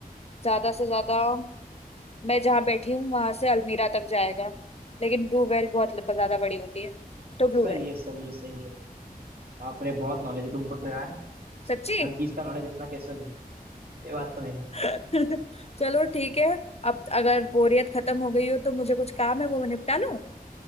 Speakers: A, on the left; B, on the right.
A: ज्यादा से ज्यादा मैं जहाँ बैठी हूँ वहां से अलमीरा तक जाएगा लेकिन ब्लू व्हेल बहुत ल- ज्यादा बड़ी होती है तो ब्लू
B: सही
A: व्हेल
B: है सही है सही है आप रे बहुत नॉलेज है तुमको तो यार
A: सच्ची
B: हर चीज का नॉलेज इतना कैसे हो गया ये बात तो है
A: <laughs> चलो ठीक है अब अगर बोरियत खत्म हो गई हो तो मुझे कुछ काम है वो मैं निपटा लूँ